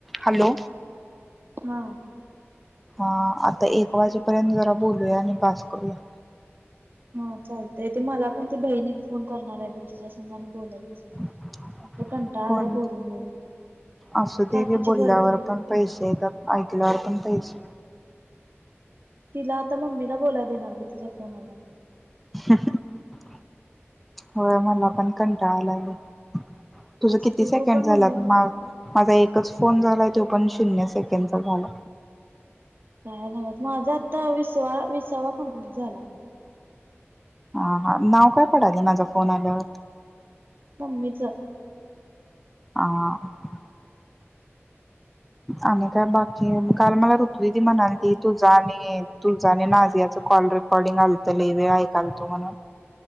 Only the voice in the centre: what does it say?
Hello,
हा आता एक वाजेपर्यंत जरा बोलूया आणि बास करूया.
<inaudible>
पण
असू
दे की बोलल्यावर
पण पैसे येतात. ऐकल्यावर पण पैसे
<unintelligible> होय, मला पण कंटाळा आलाय गं. तुझं
किती
सेकंड
झाला?
मा माझा एकच फोन झालाय तो पण शून्य सेकंडचा झाला.
हा हा नाव काय पडाले माझा फोन आल्यावर?
हां. आणि काय बाकी काल मला ऋतुदिदी म्हणाली तुजा आणि तुझं आणि नाझियाच कॉल रेकॉर्डिंग आलत लई वेळ ऐकालतो म्हणून.